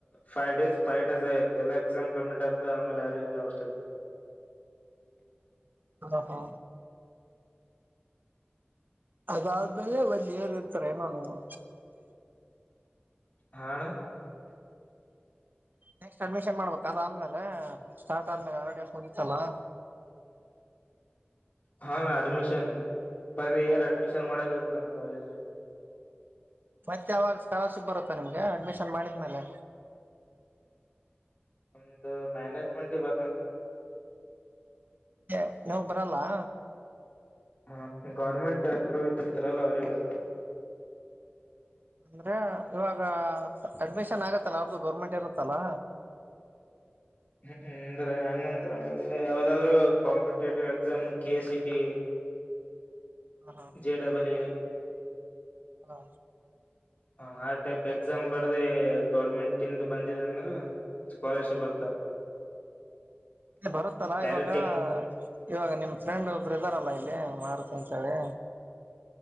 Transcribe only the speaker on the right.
ಹಾ ಹಾ ಅದಾದ್ಮೇಲೆ ಬಂದಿಯರು ಇರ್ತಾರ ಏನು. ನೀವು
ನೆಕ್ಸ್ಟ್ ಅಡ್ಮಿಷನ್ ಮಾಡ್ಬೇಕು ಅದಾದ್ಮೇಲೆ ಸ್ಟಾರ್ಟ್ ಆದ್ಮೇಲೆ ಆಲ್ರೆಡಿ ಹೋಗಿತ್ತಲ್ಲಾ.
ಮತ್ತ ಯಾವರ ಸ್ಕಾಲರ್ಶಿಪ್ ಬರುತ್ತಾ ನಿಮ್ಗೆ ಅಡ್ಮಿಷನ್ ಮಾಡಿದ್ಮೇಲೆ.
ತ್ತ್ಯ ನೀವ ಬರಲ್ಲಾ.
ಅಂದ್ರ ಇವಾಗ ಅಡ್ಮಿಷನ್ ಆಗತ್ತಲ್ಲ ಅವರದು ಗೌರ್ಮೆಂಟ್ ಇರುತ್ತಲ್ಲ.
ಹಾ
ಹಾ
ಬರುತ್ತಲ್ಲಾ
ಇವಾಗ.
ಇವಾಗ ನಿಮ್ಮ ಫ್ರೆಂಡ್ ಒಬ್ಬರು ಇದಾರಲ್ಲಾ ಇಲ್ಲಿ ಮಾರುತಿ ಅಂತ ಹೇಳಿ.